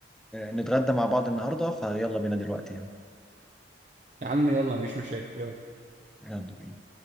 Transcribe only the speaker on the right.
يا عم يلا مفيش مشاكل يلا